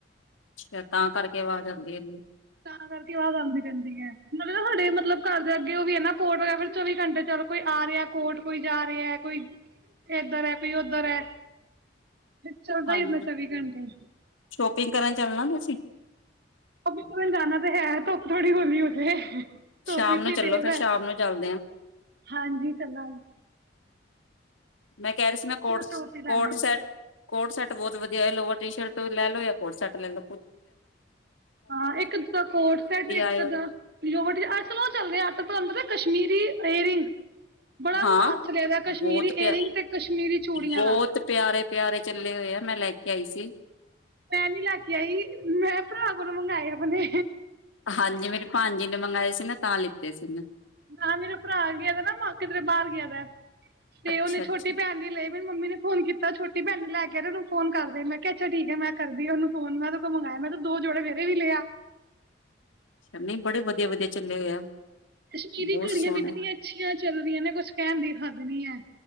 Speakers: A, on the left (about 90°); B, on the right (about 55°).
A: ਅੱਛਾ, ਤਾਂ ਕਰਕੇ ਅਵਾਜ ਆਂਦੀ ਐ।
B: ਤਾਂ ਕਰਕੇ ਆਵਾਜ਼ ਆਉਂਦੀ ਰਹਿੰਦੀ ਹੈ, ਨਾਲ਼ੇ ਨਾ ਹਾਡੇ ਮਤਲਬ ਘਰ ਦੇ ਅੱਗੇ ਉਹ ਵੀ ਹੈ, ਨਾ ਕੋਰਟ ਵਗੈਰਾ ਚੋਂ ਵੀ ਘੰਟੇ ਚਲ ਕੋਈ ਆ ਰਿਹਾ ਕੋਰਟ ਕੋਈ ਜਾ ਰਿਹਾ ਕੋਈ ਏਧਰ ਐ, ਕੋਈ ਉਦਰ ਐ। ਚੱਲਦਾ
A: ਹਾਂਜੀ।
B: ਈ ਰਹਿੰਦਾ ਚੌਵੀ ਘੰਟੇ।
A: ਸ਼ੋਪਿੰਗ ਕਰਨ ਚੱਲਣਾ ਤੁਸੀਂ?
B: ਸ਼ੋਪੰਪਿੰਗ ਕਰਨ ਜਾਣਾ ਤਾਂ ਹੈ। ਧੁੱਪ ਥੋੜੀ ਹੋਲੀ ਹੋਜੇ, ਧੁੱਪ
A: ਸ਼ਾਮ
B: ਇਤਨੀ
A: ਨੂੰ ਚੱਲੋ
B: ਤੇਜ਼
A: ਫਿਰ
B: ਹੈ,
A: ਸ਼ਾਮ ਨੂੰ ਚੱਲਦੇ ਆ,
B: ਹਾਂਜੀ, ਚਲਾ
A: ਮੈਂ ਕਹਿ ਰਹੀ ਸੀ ਮੈਂ ਕੋਟ
B: ਟੋਪ ਈ ਲੈਣੇ।
A: ਕੋਟ ਸੈਟ ਕੋਟ ਸੈਟ ਬਹੁਤ ਵਧੀਆ ਹੈ ਲੋਰ ਟੀ-ਸ਼ਰਟ ਲੈਲੋ ਜਾਂ ਕੋਟ ਸੈੱਟ ਲੈਲੋ।
B: ਹਾਂ, ਇੱਕ ਅਦਾ ਕੋਡ ਸੈੱਟ, ਇੱਕ
A: ਆਏ,
B: ਅਦਾ
A: ਹੋਏ।
B: ਲੋਵਰ ਟੀ-ਸ਼ਰਟ, ਅੱਜ-ਕੱਲ ਓ ਚਲਦੇ ਆ ਤੁਹਾਨੂੰ ਪਤਾ ਕਸ਼ਮੀਰੀ ਏਅਰਿੰਗ। ਬੜਾ
A: ਹਾਂ
B: ਰੁਆਜ ਚਲਿਆ ਦਾ ਕਸ਼ਮੀਰੀ
A: ਬਹੁਤ ਪਿਆ,
B: ਏਅਰਿੰਗ ਤੇ ਕਸ਼ਮੀਰੀ ਚੂੜੀਆਂ
A: ਬਹੁਤ
B: ਦਾ।
A: ਪਿਆਰੇ ਪਿਆਰੇ ਚੱਲੇ ਹੋਏ ਆ ਮੈਂ ਲੈ ਕੇ <unintelligible> ਸੀ।
B: ਮੈਂ ਨੀ ਲੈ ਕੇ ਆਈ, ਮੈਂ ਭਰਾ ਕੋਲੋਂ ਮੰਗਵਾਏ ਆਪਣੇ।
A: ਹਾਂਜੀ ਮੇਰੀ ਭਾਣਜੀ ਨੇ ਮੰਗਵਾਏ ਸੀ ਨਾ, ਤਾਂ ਲਿੱਤੇ ਸੀ।
B: ਨਾ ਮੇਰਾ ਭਰਾ ਗਿਆ ਦਾ ਨਾ, ਮ ਕਿਧਰੇ ਬਾਹਰ ਗਿਆਦਾ। ਤੇ,
A: ਅੱਛਾ
B: ਉਹਨੇ ਛੋਟੀ
A: ਅੱਛਾ
B: ਭੈਣ ਦੀ ਲੲੀ ਤੇ ਫਿਰ ਮੰਮੀ ਨੇ ਹੁਣ ਕੀਤਾ, ਛੋਟੀ ਭੈਣ ਨੂੰ ਲੈ ਕੇ ਓਨੂੰ ਫੋਨ ਕਰ ਦੇ ਮੈਂ ਕਿਹਾ ਅੱਛਾ ਠੀਕ ਆ ਮੈਂ ਕਰਦੀ ਅ ਉਹਨੂੰ ਫੋਨ <unintelligible> ਦੋ ਜੋੜੇ ਮੇਰੇ ਵੀ ਲੈ ਆ।
A: ਨਹੀਂ, ਬੜੇ ਵਧੀਆ-ਵਧੀਆ ਚੱਲੇ ਹੋਏ ਆ।
B: ਕਸ਼ਮੀਰੀ
A: ਬਹੁਤ
B: ਘੜੀਆਂ
A: ਸੋਹਣੇ
B: ਵੀ ਕਿੰਨੀਆਂ ਅੱਛੀਆਂ ਚੱਲਦੀਆਂ ਨੇ, ਕੁੱਝ ਕਹਿਣ ਦੀ ਹਗ ਨੀ ਹੈ।